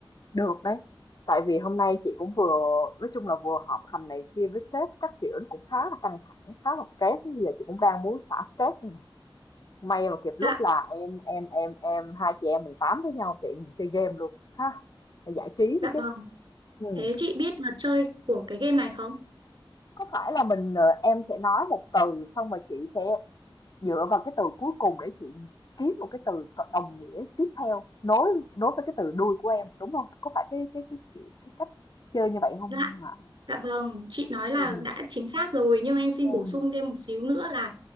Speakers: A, on the left; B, on the right.
A: được đấy. Tại vì hôm nay chị cũng vừa nói chung là vừa họp hành này kia với sếp các kiểu nó cũng khá là căng thẳng, khá là stress, bây giờ chị cũng đang muốn xả stress này. nè. May mà kịp lúc
B: Dạ,
A: là em em em em hai chị em mình tám với nhau tiện mình chơi game luôn ha, để giải trí
B: dạ
A: nữa
B: vâng.
A: chứ. Ừ.
B: Thế chị biết luật chơi của cái game này không?
A: có phải là mình, ờ, em sẽ nói một từ xong rồi chị sẽ Dựa vào cái từ cuối cùng để chị kiếm một cái từ đồng nghĩa tiếp theo, nối nối với cái từ đuôi của em, đúng không Có phải cái cái cái, kiểu, cái cách chơi như vậy không
B: Dạ.
A: hả?
B: Dạ vâng, chị nói là
A: Ừm,
B: đã chính xác rồi nhưng em xin bổ
A: ừm.
B: sung thêm một xíu nữa là